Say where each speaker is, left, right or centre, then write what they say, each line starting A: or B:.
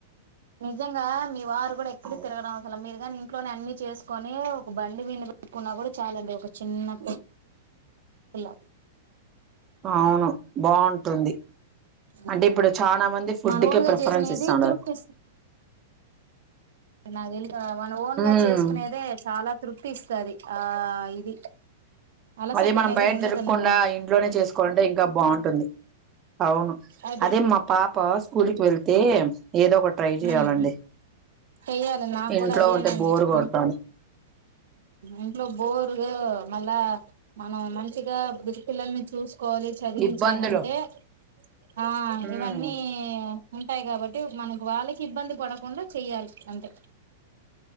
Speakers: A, on the right; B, on the right.
A: నిజంగా మీ వారు కూడా ఎక్కడి
B: అదే
A: తిరగనవసా అసలు మీరుగాని ఇంట్లోని అన్ని చేసుకొని ఒక బండి మీం పెట్టుకున్నా కూడా చాలండి ఒక చిన్న కొట్టు లా
B: అవును బాగుంటుంది
A: ఉంటది
B: అంటే ఇప్పుడు చాలా మంది ఫుడ్కే
A: మన ఓన్ గా
B: ప్రిఫరెన్స్
A: చేసుకునేది
B: ఇస్తాండర్
A: తృప్తి నాక్ తేలి మన ఓన్
B: ఉమ్
A: గా చేసుకునేదే చాలా తృప్తి ఇస్తది ఆ ఇది అలసట
B: అదే మనం
A: అనేది
B: బయట
A: ఉండదన్నమాట
B: తిరకకుండా ఇంట్లోనే చేసుకోవాలంటే ఇంకా బాగుంటుంది అవును
A: అది
B: అదే మా పాప స్కూల్కి వెళ్ తే ఏదో ఒకటి ట్రై చేయాలండి
A: ఉమ్ ఉమ్ చెయ్యాలి నాకు
B: ఇంట్లో
A: కూడా అదేనండి
B: ఉంటే బోర్ కొడతాంది
A: ఉమ్ ఇంట్లో బోర్ ఆ మళ్ళా మనం మంచిగా బుృది పిల్లల్ని చూస్ కోలి చదివించాలంటే
B: ఇబ్బందులు
A: ఆ
B: ఉమ్
A: ఇవన్నీ ఉంటాయి కాబట్టి మనకి వాళ్ళకి ఇబ్బంది పడకుండా చెయ్యాలి అంతే